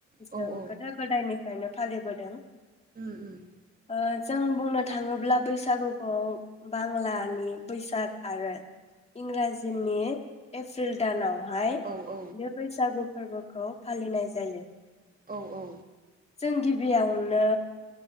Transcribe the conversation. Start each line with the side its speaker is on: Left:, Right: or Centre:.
Right: औ
Left: जों
Right: औ
Left: गोदो गोदायनि फायनो फालिबोदों
Right: ओम ओम
Left: ओ जों बुंनो थाङोब्ला बैसागुखौ बांलानि बैसाग आरो इंराजिनि एप्रिल दानाव हाय
Right: औ औ
Left: बे बैसागु, फोरबोखौ फालिनाय जायो।
Right: औ औ
Left: जों गिबियावनो